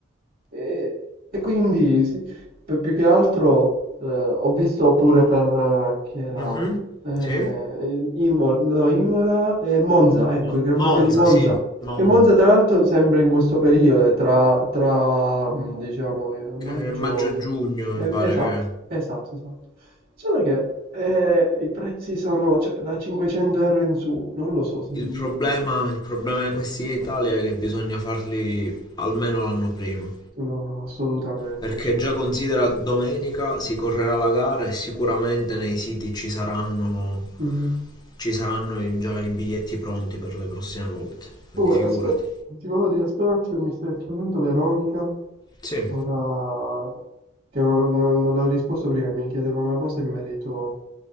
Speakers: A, on the right; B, on the left.
A: E, e quindi sì, per- più che altro eh, ho visto pure per eh, chi era
B: Mhm.
A: eh,
B: Sì.
A: Imola, no, Imola e Monza, ecco
B: Mo-
A: il Gran
B: Monza,
A: Premio di Monza.
B: sì, Monza.
A: Che Monza tra l'altro sembra in questo periodo, eh, tra, tra, mh, diciamo eh, maggio,
B: Eh, maggio-giugno
A: eh,
B: mi pare
A: esatto, esatto, esatto. Solo che eh, i prezzi sono cioè, da 500 euro in su, non lo so se... mm,
B: Il problema, il problema di questi in Italia è che bisogna farli almeno l'anno prima.
A: No, no, assolutamente,
B: Perché
A: sì.
B: già considera domenica si correrà la gara e sicuramente nei siti ci saranno,
A: Mhm.
B: ci saranno i- già i biglietti pronti per le prossime volte. Quindi
A: Comunque,
B: figurati.
A: aspe- ti volevo dire, aspetta un attimo, mi sta chiamando Veronica,
B: Sì,
A: ora che non, non, non l'ho risposto prima, mi chiedeva una cosa in merito